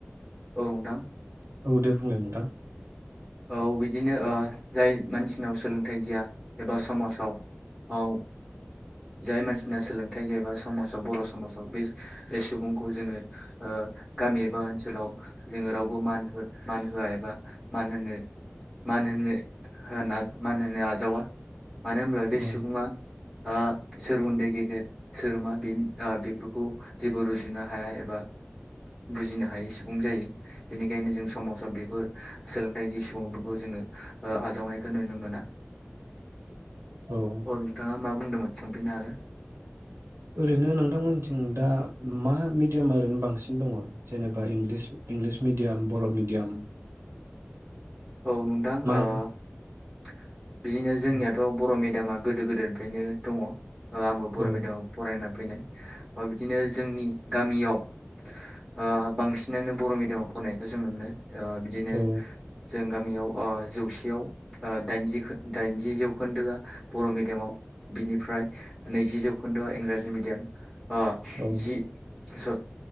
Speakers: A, in the centre; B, on the right.
A: औ नोंथां।
B: औ दे बुंलाय नोंथां।
A: औ बिदिनो ओ जाय मानसिनाव सोलोंथाइ गैया एबा समाजाव औ जाय मानसिना सोलोंथाइ गैयाबा समाजाव बर' समाजाव बे सुबुंखौ जोङो गामि एबा ओनसोलाव जोङो रावबो मान मान होआ एबा मान होनो मान होनो होना मान होनो आजावा मानो होनब्ला बे
B: औ
A: सुबुङा ओ सोर उन्दै गेदेर सोर मा बेफोरखौ जेबो रुजुनो हाया एबा बुजिनो हायै सुबुं जायो बेनिखायनो जों समाजाव बेफोर सोलोंथाइ सुबुंफोरखौ जोङो आजावनायखौ नुनो मोना।
B: औ
A: अ नोंथाआ। मा बुंदोंमोन सोंफैनो हागोन?
B: ओरैनो नोंथांमोनथिं दा मा मिडियामा ओरैनो बांसिन दङ जेनेबा इंलिस मिडियाम बर' मिडियाम?
A: औ नोंथां
B: माया
A: ओ। <inaudible> बिदिनो जोंनियाथ
B: औ
A: बर' मिडियाम दामा गोदो गोदायनिफ्रायनो दङ अ आंबो
B: औ
A: बर' मिडियामाव फरायनो फैनाय अ बिदिनो जोंनि गामियाव ओ बांसिनानो बर' मिडियामाव फरायनायखौ जों नुनो मोनो अ बिदिनो
B: औ
A: जों गामियाव ओ जौसेयाव दाइनजि जौखोन्दोआ बर'मिडियामाव बिनिफ्राय नैजि जौखोन्दोआ इंराजि मिडियाम अ
B: औ
A: जि स